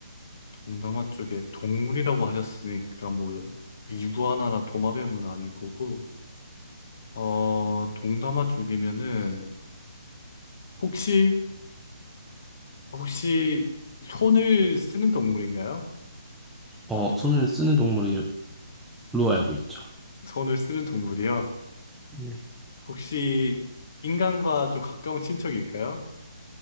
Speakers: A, on the left (about 40°); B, in the centre.
A: 동남아 쪽에 동물이라고 하셨으니까 뭐 이구아나나 도마뱀은 아닐 거고 어 동남아 쪽이면은 혹시 혹시 손을 쓰는 동물인가요?
B: 어, 손을 쓰는 동물로 알고 있죠.
A: 손을 쓰는 동물이요.
B: 네.
A: 혹시 인간과 좀 가까운 친척일까요?